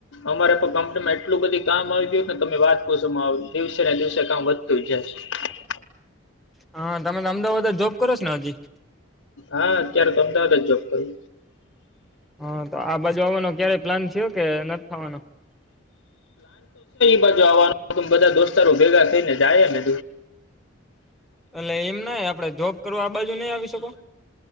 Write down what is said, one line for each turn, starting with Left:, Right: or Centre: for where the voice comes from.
Left: અમારે પણ કંપનીમાં એટલું બધી કામ આવી ગયું કેને તમે વાત કોશોમાં આવ દિવસે ને દિવસે કામ વધતું જાય છે.
Centre: હા તમે તો અમદાવાદ જ જોબ કરો છો ને હજી
Left: હા અત્યારે તો અમદાવાદ જ જોબ કરું
Centre: હા તો આ બાજુ આવાનો ક્યારેય પ્લાન થયો કે નથ થવાનો
Left: એબાજુ આવવાનું અમે બધા દોસ્તારો ભેગા થઈ ને જાયએ ને
Centre: એટલે એમ નાય આપડે જોબ કરવા આ બાજુ નઈ આવી શકો?